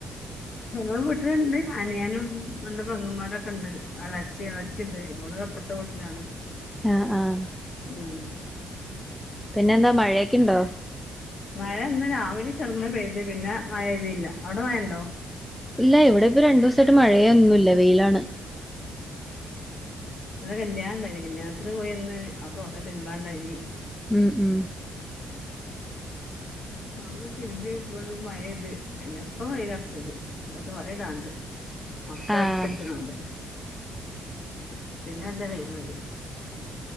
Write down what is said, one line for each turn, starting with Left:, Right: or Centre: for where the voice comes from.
Left: ങ്ങ വീട്ടിലുണ്ട് അനിയാനും എന്റെ പെങ്ങന്മാരൊക്കെ ഉണ്ട് അടച്ചി ഇളച്ചി ഉണ്ട് എടെ എപ്പറത്തെ വീട്ടിലാണ്
Centre: ആഹ ആഹ
Left: ഉം
Centre: പിന്നെന്താ മഴയൊക്കുണ്ടോ
Left: മഴ ഇന്ന് രാവിലെ ചെറുങ്ങന പെയ്ത് പിന്നെ മഴ പഴുതിയില്ല അവിടെ മഴ ഉണ്ടോ
Centre: ഇല്ല ഇവിടെ ഇപ്പ രണ്ടു ദിവസം ചേട്ട് മഴയൊന്നില്ല വെയിലാണ്
Left: ഇന്നൊരു കല്യാണം ഇണ്ടായിന് കല്യാണത്തിന് പോയി വന്ന് ആ ഒക്കെ കൊറെ തിരുമ്പാന്ണ്ടായിനി.
Centre: ഉം ഉം
Left: ആക്കൊ തിരുമ്പി <unintelligible> മഴ പെയ്ത്, പിന്നെ ഇപ്പം വെയിലറച്ച്ണ്ട് ആ ഒക്കെ തോരി ഇടാണ്ട്. മക്കളെടുത്ത്
Centre: ആഹ്
Left: വെച്ചണകണ്ട് പിന്നെ എന്താ വെയില് പോയി